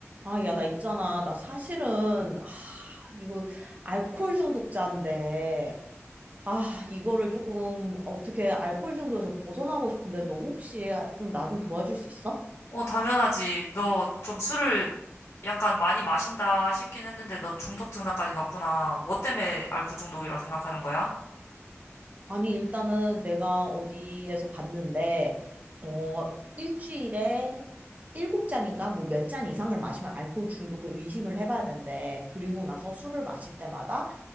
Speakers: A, on the right (about 30°); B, on the left (about 55°).
A: 아, 야, 나 있잖아. 나 사실은, 아, 이거, 알코올 중독자인데, 아, 이거를 조금, 어떻게 알코올 중독에서 벗어나고 싶은데, 너 혹시 좀 나 좀 도와줄 수 있어?
B: 어, 당연하지. 너 좀 술을 약간 많이 마신다 싶긴 했는데 너 중독 증상까지 갔구나. 뭐 때문에 알코올 중독이라고 생각하는 거야?
A: 아니, 일단은 내가 어디에서 봤는데, 어, 일주일에 일곱 잔인가, 뭐 몇 잔 이상을 마시면 알코올 중독을 의심을 해봐야 된대. 그리고 나서 술을 마실 때마다